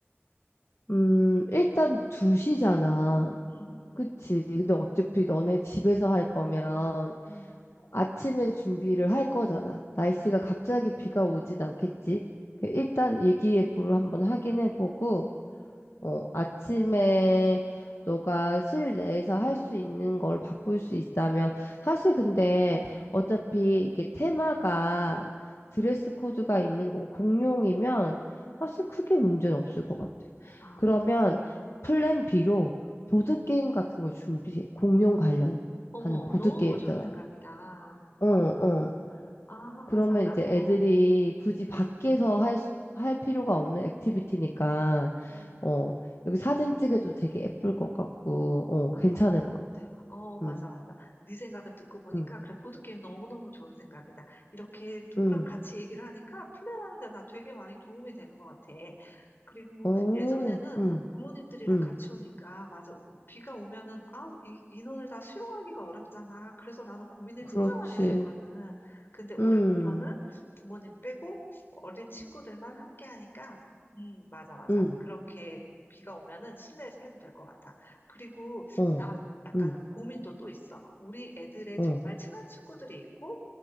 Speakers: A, on the left; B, on the left.
A: 음, 일단 2시잖아.
B: 응,
A: 그치. 근데 어차피 너네 집에서 할 거면
B: 응,
A: 아침에 준비를 할 거잖아. 날씨가
B: 응,
A: 갑자기 비가 오진 않겠지.
B: 응,
A: 그 일단 일기예보를 한번 확인해 보고,
B: 응,
A: 어, 아침에 너가 실내에서 할 수 있는 걸 바꿀 수 있다면 사실 근데 어차피 이게 테마가 드레스 코드가 있는 거 공룡이면
B: 응,
A: 사실 크게 문제는 없을 것 같아.
B: 아,
A: 그러면
B: 응,
A: 플랜 B로 보드
B: 응.
A: 게임 같은 걸 준비해. 공룡 관련하는
B: 어머,
A: 보드
B: 너무
A: 게임이잖아.
B: 좋은 생각이다.
A: 어, 어.
B: 아, 아,
A: 그러면
B: 맞아. 나,
A: 이제 애들이
B: 어.
A: 굳이 밖에서 할, 수- 할 필요가 없는 액티비티니까,
B: 음.
A: 어, 여기 사진 찍어도 되게 예쁠 것 같고, 어,
B: 아,
A: 괜찮을 것 같아.
B: 어, 맞아,
A: 응,
B: 맞아. 네 생각을 듣고 보니까,
A: 응,
B: 그래, 보드게임 너무너무 좋은 생각이다. 이렇게 누구랑
A: 응,
B: 같이 얘기를 하니까 플랜하는 데 나 되게 많이 도움이 되는 것 같아. 그리고
A: 오,
B: 예전에는
A: 응,
B: 부모님들이랑
A: 응,
B: 같이 오니까, 맞아. 오- 비가 오면은, 아, 이 인원을 다 수용하기가 어렵잖아. 그래서 나는 고민을
A: 그렇지.
B: 진짜 많이 했었거든. 근데 올해부터는
A: 응,
B: 부모님 빼고 어린 친구들만 함께 하니까, 음, 맞아, 맞아.
A: 응,
B: 그렇게 비가 오면은 실내에서 해도 될 것 같아. 그리고
A: 어,
B: 나 약간
A: 응,
B: 고민도 또 있어. 우리 애들의
A: 어,
B: 정말 친한 친구들이 있고,